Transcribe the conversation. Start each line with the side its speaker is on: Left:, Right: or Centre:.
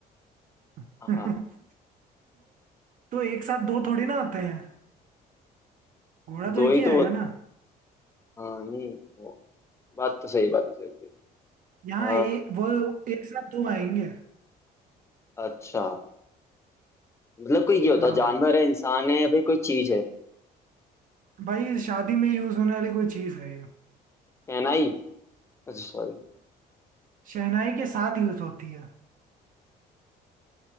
Right: <laughs>
Left: हाँ
Right: तो तो एक साथ दो थोड़ी ना आते हैं घोड़ा तो
Left: दो
Right: एक
Left: ही
Right: ही आएगा
Left: तो होते
Right: ना
Left: हाँ नहीं वो बात तो सही बात तो सही थी।
Right: यहाँ
Left: आ,
Right: ए, वो एक साथ दो आएंगे
Left: अच्छा मतलब कोई ये होता
Right: हाँ
Left: जानवर
Right: भाई
Left: है इंसान है या फिर कोई चीज है
Right: भाई शादी में यूज होने वाली कोई चीज है ये।
Left: शहनाई अच्छा सॉरी
Right: शहनाई के साथ यूज होती है